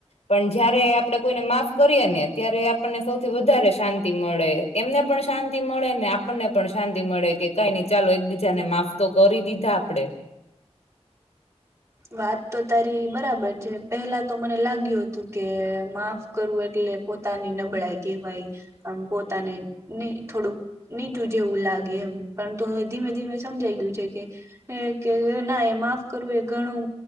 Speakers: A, on the left; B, on the right.
A: પણ જયારે આપણે કોઈને માફ કરીએ ને ત્યારે આપણને સૌથી વધારે શાંતિ મળે એમને પણ શાંતિ મળે ને આપણને પણ શાંતિ મળે કે કઈ નઈ ચાલો એક બીજા ને માફ તો કરી દીધા આપડે
B: વાત તો તારી બરાબર છે પેલા તો મને લાગ્યું તું કે માફ કરવું એટલે પોતાની નબળાઈ કેવાય પોતાને નને થોડુંક નીચું જેવું લાગે એમ પર તો હવે ધીમે ધીમે સમજાઈ ગયું છે કે એ કે ના એ માફ કરવું એક ઘણું